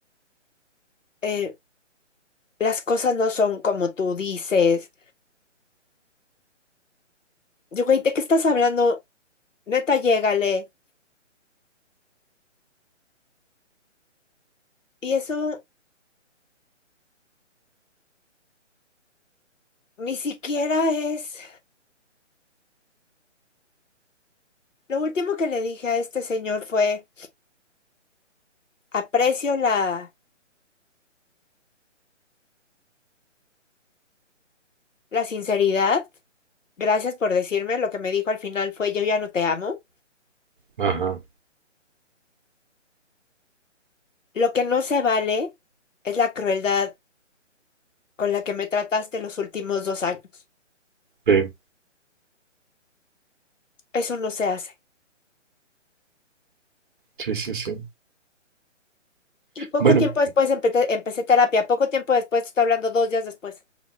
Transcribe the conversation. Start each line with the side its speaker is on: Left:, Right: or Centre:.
Left: eh, las cosas no son como tú dices. Yo, güey, ¿de qué estás hablando? Neta, llégale. Y eso ni siquiera es... Lo último que le dije a este señor fue, aprecio la, la sinceridad, Gracias por decirme. Lo que me dijo al final fue, yo ya no te amo.
Right: Ajá.
Left: Lo que no se vale es la crueldad con la que me trataste los últimos dos años.
Right: Sí.
Left: Eso no se hace.
Right: Sí, sí, sí.
Left: Y poco
Right: Bueno,
Left: tiempo después empe- empecé terapia. Poco tiempo después, te estoy hablando dos días después.